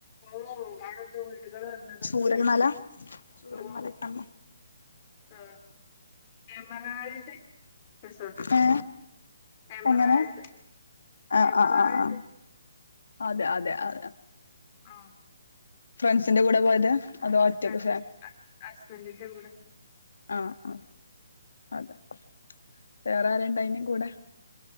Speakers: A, on the left; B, on the left.
A: ഉം ഉം അവിടെ എന്തോ വീടുകള് വന്നതൊക്കെ
B: ചൂരൽമല
A: കാണിച്ച്
B: ചൂരൽമലയിൽ
A: ഓ
B: കണ്ടോ
A: ആ എംരാൾഡ് റിസോർട്
B: ഏ
A: എമറാൾഡ്
B: എങ്ങനെ ആഹ്
A: എമറാൾഡ്
B: ആഹ് ആഹ് ആഹ് അതെ അതെ അ
A: ആഹ
B: ഫ്രണ്ട്സിന്റെ കൂടെ പോയത് അതോ ഒറ്റക്ക്
A: അല്ല ഇന്റെ ഹസ്ബന്റിന്റെ കൂടെ
B: ആഹ ആ അതെ വേറെ ആരേണ്ടിയിനി കൂടെ